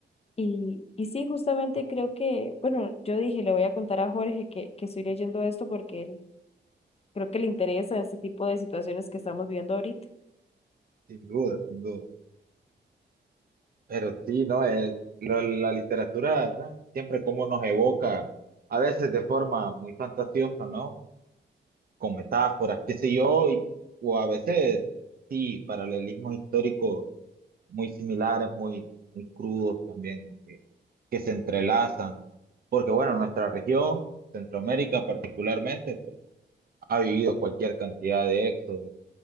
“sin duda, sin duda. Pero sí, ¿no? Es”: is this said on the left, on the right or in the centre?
Right